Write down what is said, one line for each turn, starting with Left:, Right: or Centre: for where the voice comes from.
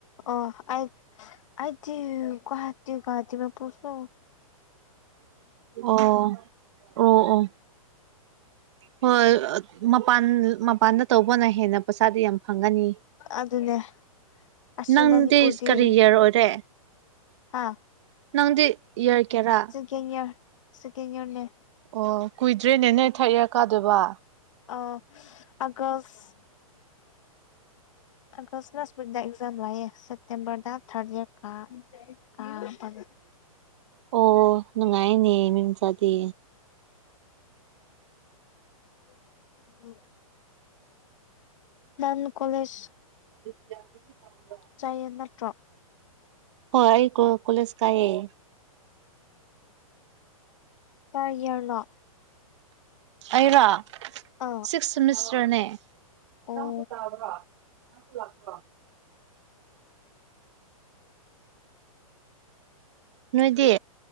Left: ꯑꯣ ꯑ ꯑꯗꯤ ꯀꯍꯇ ꯀꯍꯇ ꯃ ꯄꯨꯁꯨ
Right: ꯑꯣ ꯑꯣ ꯑꯣ ꯍꯣꯏ ꯃꯄꯥꯟ ꯃꯄꯥꯟꯗ ꯇꯧꯕꯅ ꯍꯦꯟꯅ ꯄꯩꯁꯥꯗꯤ ꯌꯥꯝ ꯐꯪꯒꯅꯤ
Left: ꯑꯗꯨꯅꯦ ꯑꯁꯤ
Right: ꯅꯪꯗꯤ
Left: ꯃꯅꯤꯄꯨꯔꯗꯤ
Right: ꯀꯔꯤ ꯌꯔ ꯑꯣꯏꯔꯦ
Left: ꯍꯥ
Right: ꯅꯪꯗꯤ ꯏꯌꯥꯔ ꯀꯦꯔꯥ
Left: ꯀꯦꯟ ꯋꯔ ꯁꯦꯀꯦꯟꯗ ꯋꯔꯅꯦ
Right: ꯑꯣ ꯀꯨꯏꯗ꯭ꯔꯦꯅꯦ ꯅꯣꯏ ꯊꯥꯔꯠ ꯏꯌꯥꯔ ꯀꯥꯗꯣꯏꯕ
Left: ꯑ ꯑꯒꯁ ꯑꯒꯁꯅ ꯋꯄꯨꯅꯗ ꯑꯦꯛꯖꯝ ꯂꯌꯦ ꯁꯦꯞꯇꯦꯝꯕꯔꯗ ꯊꯥꯔꯗ ꯏꯔ ꯀꯥ ꯀꯥꯕꯒ
Right: ꯑꯣ ꯅꯨꯡꯉꯥꯏꯅꯦ ꯃꯤꯃꯆꯥꯗꯤ
Left: <inaudible> ꯝ ꯀꯣꯂꯦꯖ
Right: <unintelligible>
Left: ꯆꯥꯢꯌꯦ ꯅꯠꯇ꯭ꯔꯣ
Right: ꯍꯣꯏ ꯑꯩ ꯀꯣ ꯀꯣꯂꯦꯁ ꯀꯥꯏꯌꯦ
Left: ꯇꯔ ꯌꯦꯔꯅꯣ
Right: ꯑꯩꯔꯣ
Left: ꯑꯥ
Right: ꯁꯣꯛꯁ ꯁꯦꯝꯃꯤꯁꯇꯔꯅꯦ
Left: ꯑꯣ
Right: ꯉꯁꯨ ꯇꯥꯕ꯭ꯔꯥ ꯉꯁꯨ ꯂꯥꯛꯄ꯭ꯔꯣ ꯅꯣꯏꯗꯤ